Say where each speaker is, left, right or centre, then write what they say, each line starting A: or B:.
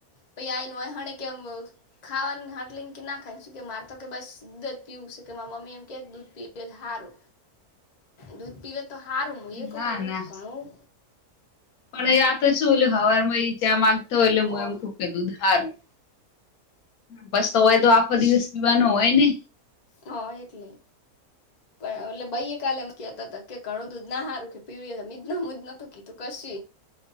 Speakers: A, on the left (about 35°); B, on the left (about 75°).
A: પ આય ન હોય હ કેમ ખાવાનું હટલી કે ના ખાયને શ કે મારે તો કે બસ જ પીવું છે કે મમ્મી એમ ક દૂધ પીવે હારો દૂધ પીવે તો હારમય ક
B: ના
A: પણ દૂધ
B: ના
A: ઘણું
B: પણ આ તો શું એ હવાર માં જ્યા માગતા હોય એટલે હું
A: ઓહ
B: એમ ખું ક દુંધ સારું બસ તો હોય તો આખો દિવસ પીવાનો હોય ને,
A: હા એટલે પણ એટલે બઈ કાલે તા હતા કે ઘણું દુંધ ના હારું કે પીળ મીજ ન હુંજ ન કીધું કશ